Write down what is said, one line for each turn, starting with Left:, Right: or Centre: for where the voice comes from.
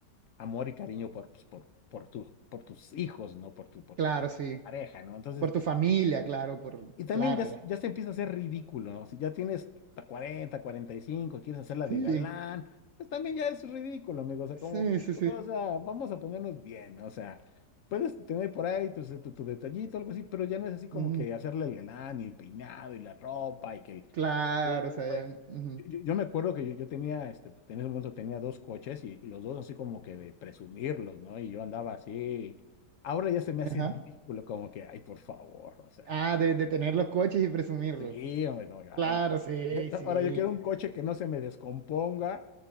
Left: amor y cariño por, pues, por, por, tu- por tus hijos, ¿no? Por tu, por
Right: Claro,
Left: tu
Right: sí.
Left: pareja, ¿no? Entonces,
Right: Por tu familia, claro, por,
Left: y también
Right: claro,
Left: ya,
Right: ya.
Left: se- ya se empieza a hacer ridículo, ¿no? Si ya tienes hasta cuarenta, cuarenta y cinco quieres hacerla
Right: Sí,
Left: de galán, pues también ya es ridículo, amigo. O sea,
Right: sí,
Left: como,
Right: sí, sí.
Left: o sea, vamos a ponernos bien, ¿no? O sea, puedes tener por ahí tu, tu, tu detallito, algo así, pero ya no es así como
Right: Ujú.
Left: que hacerle el galán y el peinado y la ropa y que el
Right: Claro,
Left: Uh,
Right: o sea,
Left: güey.
Right: ya, ujú.
Left: Yo, yo- yo me acuerdo que yo, yo tenía, este, pues, en ese momento tenía dos coches y, y los dos así como que de presumirlos, ¿no? Y yo andaba así. Ahora ya se me hace
Right: Ajá.
Left: ridículo, como que, ay, por favor, o sea,
Right: Ah, de, de tener los coches y presumirlos.
Left: sí, hombre, como que, ay.
Right: Claro, sí,
Left: <laughs>
Right: sí.
Left: Ahora yo quiero un coche que no se me descomponga